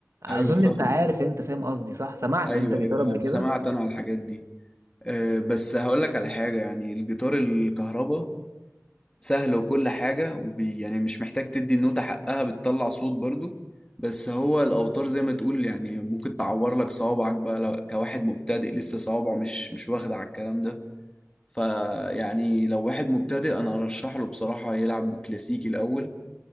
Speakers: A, on the left; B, on the right.
A: ايوه
B: أظن
A: فاهمك
B: أنت عارف أنت فاهم قصدي صح سمعت
A: ايوه
B: أنت جيتار
A: ايوه فاهم
B: قبل كده
A: سمعت انا على الحاجات دي آه، بس هقول لك على حاجة يعني الجيتار الكهرباء سهل وكل حاجة وبي يعني مش محتاج تدي النوتة حقها بتطلع صوت برضو بس هو الأوتار زي ما تقول يعني ممكن تعور لك صوابعك بقى لو كواحد مبتدئ لسه صوابعه مش مش واخد على الكلام ده فيعني لو واحد مبتدئ أنا أرشح له بصراحة يلعب بالكلاسيكي الأول